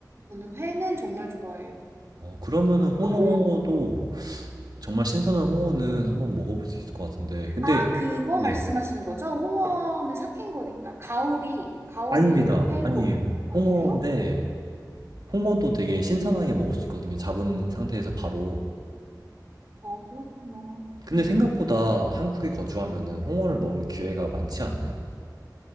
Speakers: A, on the right; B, on the right.
A: 저는 회는 정말 좋아해요.
B: 어, 그러면은 홍어도
A: 아, 홍,
B: 정말 신선한 홍어는 한번 먹어볼 수 있을 것 같은데 근데
A: 아, 그거
B: 네.
A: 말씀하시는 거죠? 홍어는 삭힌 거니까. 가오리, 가오리를
B: 아닙니다.
A: 회로.
B: 아니에요.
A: 아니에요?
B: 홍어인데 홍어도 되게 신선하게 먹을 수 있거든요. 잡은 상태에서 바로.
A: 아, 그렇구나.
B: 근데 생각보다 한국에 거주하면은 홍어를 먹을 기회가 많지 않나요?